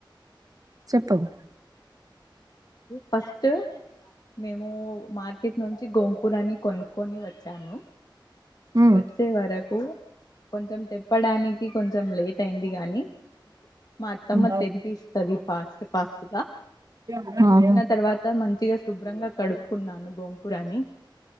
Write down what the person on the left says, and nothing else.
ఫస్ట్ మేము మార్కెట్ నుంచి గోంగూరని కొనుక్కొని వచ్చాము
వచ్చే వరకు కొంచెం తిప్పడానికి కొంచం చం లేట్ అయింది గాని మా అత్తమ్మ
తెంపిస్తది ఫాస్ట్ ఫాస్ట్ గా
ఇచ్చిన
తర్వాత మంచిగా శుభ్రంగా కడుక్కున్నాను గోంగూర అని